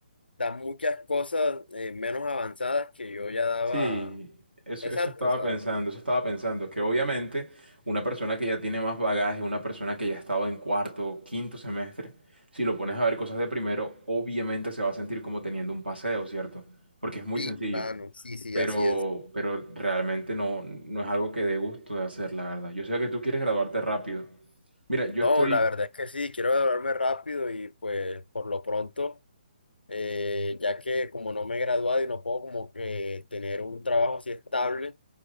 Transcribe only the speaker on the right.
Sí, eso,
eso estaba
pensando, eso estaba pensando, que obviamente una persona que ya tiene más bagaje, una persona que ya ha estado en cuarto o quinto semestre, si lo pones a ver cosas de primero, obviamente se va a sentir como teniendo un paseo, ¿cierto? Porque es muy
sencillo,
pero,
pero realmente no, no es algo que dé gusto de hacer, la verdad. Yo sé que tú quieres graduarte rápido. Mira, yo
estoy,